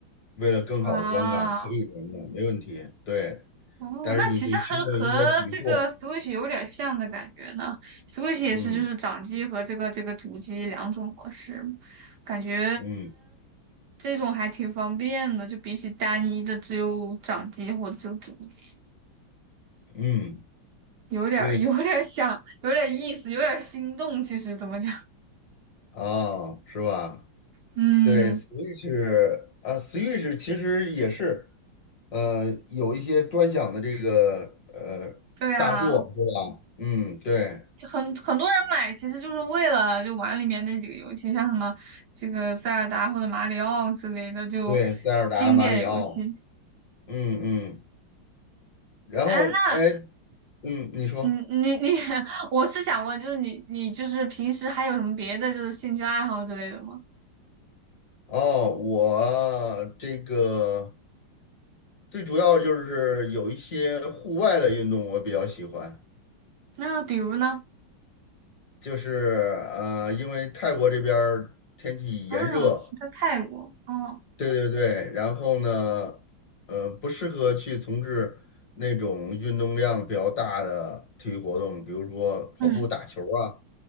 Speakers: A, on the left; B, on the right.
A: 为了更好的观感，
B: 啊。
A: 可以连的，没问题。对，
B: 哦，
A: 但是你得去弄一个底座儿
B: 那其实和和这个 Switch 有点像的感觉呢。Switch 也是就是掌机和这个这个主机两种模式，
A: 嗯
B: 感觉
A: 嗯
B: 这种还挺方便的，就比起单一的只有掌机或者只有主机，
A: 嗯，
B: 有点儿有点儿想，
A: 对，
B: 有点意思，有点儿心动。其实怎么讲？
A: 啊，是吧？
B: 嗯，
A: 对，Switch 啊，Switch 其实也是，呃，有一些专享的这个呃大作，
B: 对啊，
A: 是吧？嗯，对
B: 很很多人买其实就是为了就玩里面那几个游戏，像什么这个塞尔达或者马里奥之类的，就
A: 对，塞尔达、
B: 经典游戏。
A: 马里奥，嗯嗯。然后，
B: 哎，那
A: 哎，嗯，你说
B: 嗯，你你，<laughs> 我是想问，就是你你就是平时还有什么别的就是兴趣爱好之类的吗？
A: 哦，我这个最主要就是有一些户外的运动我比较喜欢，
B: 那比如呢？
A: 就是呃，因为泰国这边儿天气炎热，
B: 啊，在泰国哦，
A: 对对对，然后呢，呃，不适合去从事那种运动量比较大的体育活动，比如说跑步、
B: 嗯
A: 打球啊。